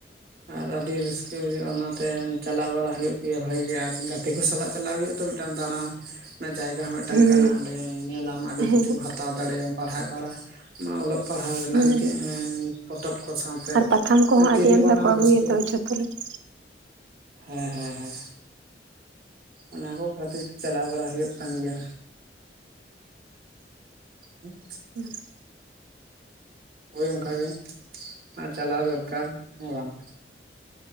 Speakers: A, on the right; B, on the right.
A: ᱟᱨ ᱟᱹᱰᱤ ᱨᱟᱹᱥᱠᱟᱹ ᱵᱩᱡᱷᱟᱹᱜ-ᱟ ᱚᱱᱟᱛᱮ ᱪᱟᱞᱟᱣ ᱵᱟᱲᱟ ᱦᱩᱭᱩᱜ ᱜᱮᱭᱟ ᱵᱷᱟᱜᱤ ᱜᱮ ᱟᱨ ᱜᱟᱛᱮ ᱠᱚ ᱥᱟᱞᱟᱜ ᱪᱟᱞᱟᱜ ᱦᱩᱭᱩᱜ-ᱟ ᱛᱚ ᱢᱤᱫᱴᱟᱱ ᱫᱟᱬᱟᱱ ᱚᱱᱟ ᱡᱟᱭᱜᱟ ᱦᱚᱸ ᱢᱤᱫᱴᱟᱝ
B: ᱦᱩᱸ
A: ᱠᱟᱱᱟ ᱚᱸᱰᱮ ᱧᱮᱞᱟᱢ ᱟᱹᱰᱤ
B: ᱦᱮᱸ
A: ᱠᱤᱪᱷᱩ ᱦᱟᱛᱟᱣ ᱫᱟᱲᱮᱭᱟᱜ-ᱟᱢ ᱯᱟᱲᱦᱟᱜ ᱵᱟᱲᱟ ᱚᱞᱚᱜ ᱯᱟᱲᱦᱟᱣ ᱨᱮᱱᱟᱜ
B: ᱦᱩᱸ
A: ᱯᱚᱛᱚᱵ ᱠᱚ ᱥᱟᱶᱛᱮ
B: ᱟᱨ ᱯᱟᱛᱷᱟᱢ ᱠᱚᱦᱚᱸ
A: ᱛᱤᱨᱭᱳ
B: ᱟᱹᱰᱤ ᱟᱢᱫᱟ
A: ᱵᱟᱱᱟᱢ
B: ᱠᱚ ᱟᱹᱜᱩᱭᱟᱛᱚ
A: ᱨᱟᱹᱥᱠᱟᱹ
B: ᱡᱷᱚᱛᱚ ᱞᱮᱠᱟ
A: ᱦᱮᱸ ᱦᱮᱸ ᱦᱮᱸ ᱚᱱᱟ ᱠᱚ ᱠᱷᱟᱹᱛᱤᱨ ᱛᱮ ᱪᱟᱞᱟᱣ ᱵᱟᱲᱟ ᱦᱩᱭᱩᱜ ᱠᱟᱱ ᱜᱮᱭᱟ᱾ ᱦᱮᱸ
B: <unintelligible>
A: ᱦᱳᱭ ᱚᱱᱠᱟ ᱜᱮ ᱪᱟᱞᱟᱣ ᱫᱚᱨᱠᱟᱨ ᱦᱮᱸ ᱵᱟᱝ